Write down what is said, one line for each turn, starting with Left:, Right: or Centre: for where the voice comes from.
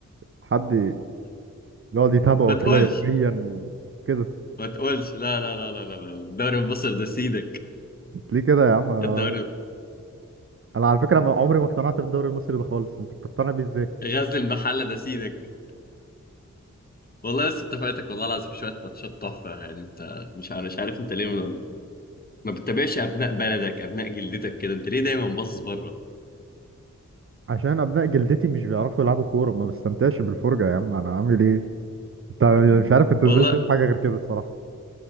Right: حد يقعد يتابعه
Left: ما تقولش
Right: كده يوميا وكده
Left: ما تقولش لا لا لا لا لا لا لا. الدوري المصري ده سيدك
Right: ليه كده يا عم انا
Left: الدوري
Right: أنا على فكره ما- عمري ما اقتنعت بالدوري المصري ده خالص انت بتقتنع بيه ازاي
Left: غزل المحله ده سيدك والله لسه اتفقتك والله العظيم في شويه ماتشات تحفه يعني انت مش عارف مش عارف انت ليه ما, ما بتتابعش ابناء بلدك ابناء جلدتك كده انت ليه دايما باصص بره
Right: عشان ابناء جلدتي مش بيعرفوا يلعبوا كوره ما بستمتعش بالفرجه يا عم انا عامل ايه انت
Left: <laughs>
Right: مش عارف انت ازاي
Left: والله
Right: شايف حاجه غير كده الصراحه